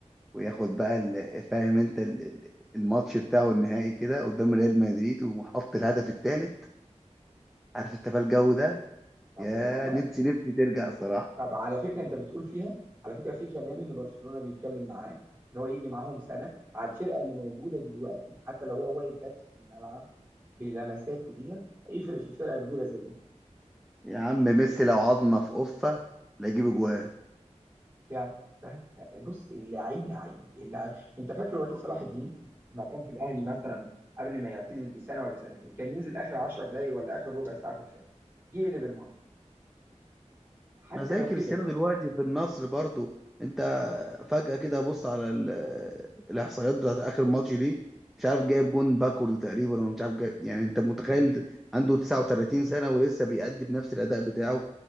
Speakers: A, in the centre; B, on the right.
A: وياخد بقى ال- فاهم انت ال- ال- الماتش بتاعه النهائي كده قدام ريال مدريد وحط الهدف الثالث عارف انت بقى الجو ده
B: طب
A: يا
B: والله
A: نفسي نفسي ترجع صراحة
B: طب على فكره انت بتقول فيها على فكره في كلام ان برشلونه بيتكلم معاه ان هو يجي معاهم سنه على الفرقه اللي موجوده دلوقتي حتى لو هو واقف بس في الملعب بلمساته دي يفرق في فرقه كبيره زي دي
A: يا عم ميسي لو عظمة في قفة لا يجيب اجوان
B: فعلا فعلا بص اللعيب لعيب اللعيب انت فاكر وليد صلاح الدين لما كان في الاهلي مثلا قبل ما يعتزل بسنه ولا سنتين كان ينزل اخر 10 دقايق ولا اخر ربع ساعه في الفرقه يقلب الماتش حتى
A: ما زي
B: لو
A: كريستيانو
B: كبر في السن
A: دلوقتي في النصر برضو انت فجأة كده بص على ال- الاحصائيات بتاعت اخر ماتش دي مش عارف جايب جون باكورد تقريبا ولا مش عارف جايب يعني انت متخيل عنده 39 سنة ولسه بيأدي بنفس الأداء بتاعه